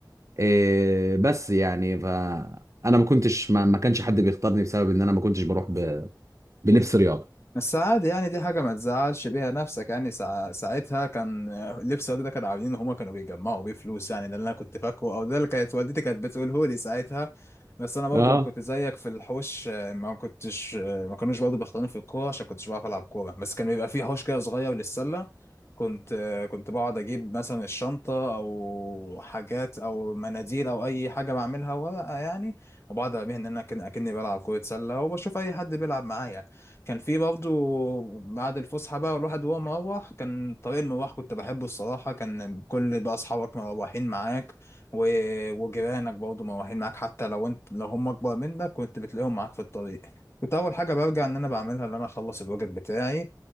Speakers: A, on the right (about 45°); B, on the left (about 35°).
A: إيه بس يعني فانا ما كنتش ما, ما كانش حد بيختارني بسبب ان انا ما كنتش بروح ب... بلبس رياضه
B: بس عادي يعني دي حاجة ما تزعلش بيها نفسك يعني سا... ساعتها كان لبس والدي ده كانوا عاملين ان هما كانوا بيجمعوا بيه فلوس يعني ده اللي انا كنت فاكره او ده اللي كانت والدتي كانت بتقوله لي ساعتها بس انا برضو
A: اه
B: كنت زيك في الحوش آه، ما كنتش آه، ما كانوش برضو بيختاروني في الكورة عشان كنتش بعرف العب كورة بس كان بيبقى فيه حوش كده صغير للسلة كنت آه، كنت بقعد اجيب مثلا الشنطة او حاجات او مناديل او اي حاجة بعملها ورقة يعني وبقعد ارميها ان انا كن- اكني بلعب كرة سلة وبشوف اي حد بيلعب معايا كان في برضه بعد الفسحة بقى الواحد وهو مروح كان طريق المروح كنت بحبه الصراحة كان كل بقى أصحابك مروحين معاك و... وجيرانك برضه مروحين معاك حتى لو انت لو هم أكبر منك كنت بتلاقيهم معاك في الطريق كنت أول حاجة برجع إن أنا بعملها إن أنا أخلص الواجب بتاعي